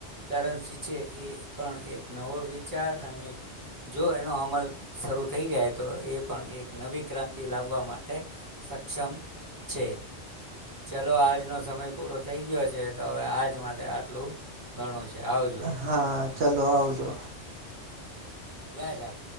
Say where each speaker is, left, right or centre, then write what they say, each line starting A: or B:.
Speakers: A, on the right (about 15°); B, on the right (about 70°).
A: કરન્સી છે એ પણ એક નવો વિચાર અને એક જો એનો અમલ શરૂ થઈ જાય તો એ પણ એક નવી ક્રાંતિ લાવવા માટે સક્ષમ છે. ચલો આજનો સમય પૂરો થઈ ગયો છે તો હવે આજ માટે આટલું ઘણું છે. આવજો
B: હા ચલો આવજો.
A: લે જાડ.